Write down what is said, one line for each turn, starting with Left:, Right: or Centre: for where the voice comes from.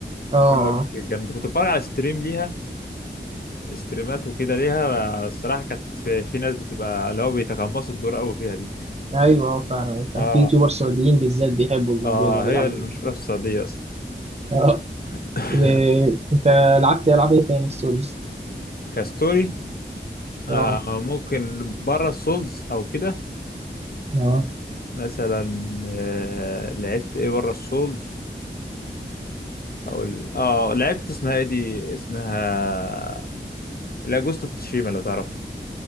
Right: اه
Left: بقول لك جامده كنت بتفرج على ستريم ليها ستريمات وكده ليها الصراحه كانت في, في ناس بتبقى اللي هو بيتقمصوا الدور قوي فيها دي
Right: ايوه آه، فعلا كان
Left: اه
Right: في يوتيوبر سعوديين بالذات بيحبوا الموضوع
Left: اه
Right: ده بيلعبوا
Left: هي المشهوره
Right: بيه.
Left: في السعوديه اصلا
Right: اه
Left: <laughs>
Right: إيه، انت لعبت العاب ايه تاني ستوريز
Left: كستوري آه
Right: اه
Left: ممكن بره السولز او كده
Right: اه
Left: مثلا آه لعبت ايه بره السولز هقول اه لعبت اسمها ايه دي اسمها لا جوست اوف تشيما لو تعرف